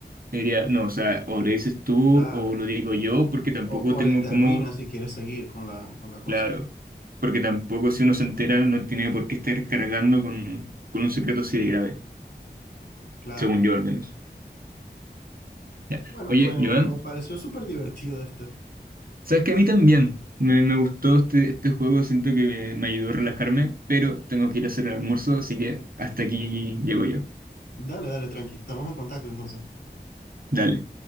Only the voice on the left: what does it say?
Claro.
O, o
le termina
si quiere seguir con la, con la cosa.
Claro.
Bueno,
me,
me pareció súper divertido esto.
Dale, dale, tranqui. Estamos en contacto entonces.